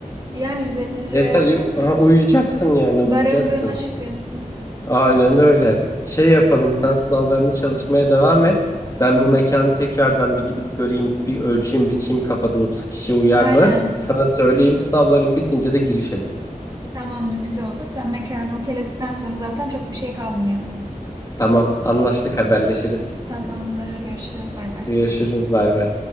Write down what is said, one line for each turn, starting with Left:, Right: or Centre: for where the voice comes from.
Right: Yani 150 liraya
Left: Yeter
Right: zaten
Left: ha, uyuyacaksın yani uyuyacaksın.
Right: barındığına şükretsin.
Left: Aynen öyle. Şey yapalım sen sınavlarını çalışmaya devam et. Ben
Right: Hı hı.
Left: bu mekanı tekrardan bir gidip göreyim, bir ölçeyim, biçeyim kafada 30 kişi uyar
Right: Aynen.
Left: mı? Sana söyleyeyim sınavların bitince de girişelim.
Right: Tamamdır güzel olur. Sen mekanı okeyledikten sonra zaten çok bir şey kalmıyor.
Left: Tamam, anlaştık haberleşiriz.
Right: Tamamdır. Görüşürüz. Bay bay.
Left: Görüşürüz bay bay.